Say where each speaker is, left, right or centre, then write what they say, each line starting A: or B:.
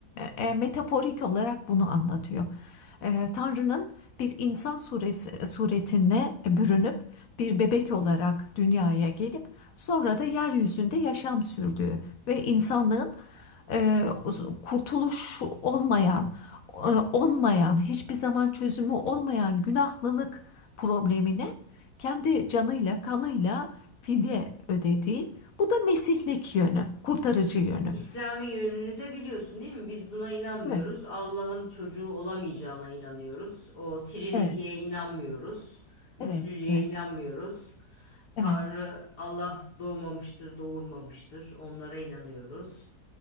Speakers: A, on the left; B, on the left.
A: e, e, metaforik olarak bunu anlatıyor. E, Tanrı'nın bir insan suresi, suretine bürünüp bir bebek olarak dünyaya gelip sonra da yeryüzünde yaşam sürdüğü ve insanlığın e, kurtuluş olmayan e, olmayan, hiçbir zaman çözümü olmayan günahlılık problemine kendi canıyla, kanıyla fidye ödediği, bu da mesihlik yönü, kurtarıcı yönü.
B: İslami yönünü de biliyorsun değil mi? Biz buna inanmıyoruz.
A: Evet,
B: Allah'ın çocuğu olamayacağına inanıyoruz. O Trinity'ye
A: evet,
B: inanmıyoruz. Üçlülüğe
A: evet, evet,
B: inanmıyoruz. Tanrı
A: evet,
B: Allah doğmamıştır, doğurmamıştır. Onlara inanıyoruz.